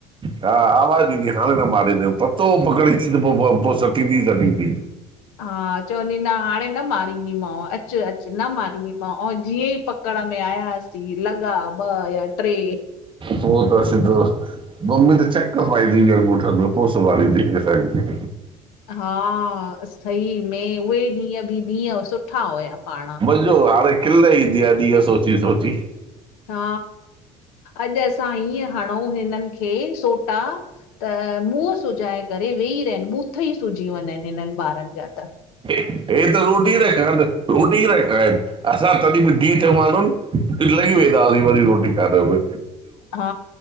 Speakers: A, on the right (about 25°); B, on the left (about 70°).
A: हा आवाज़। हाणे न मारी पतो पकड़ींद त पो पो सटी थी सटींदी।
B: हा चवंदी ना हाणे। न मारींदीमांव अच अच न मारींदीमांव आऐं जीअं ई पकड़ में आयास। जी लॻा ॿ या ट्रे।
A: पो त आ सिधो। मम्मी त चेक पाईजीई अंगूठन में पोस वाली दी सघजी।
B: हा सही में उहे ॾींहं बि ॾींहं सुठा हुया पाण।
A: जो हाणे खिल ईंदी आ ॾींहं सोची सोची।
B: हा अॼु असां हीअ हणूं हिनन खे सोटा। त मुंहुं सुॼाए करे वेही रहन बूथ ई सुजी वञनि हिनन ॿारन जा त।
A: हे त रोटी न खाइन रोटी न खाइन। असां तॾहिं बि धिठ मानुण लॻी वेंदा हुई वरी रोटी खाड़व।
B: हा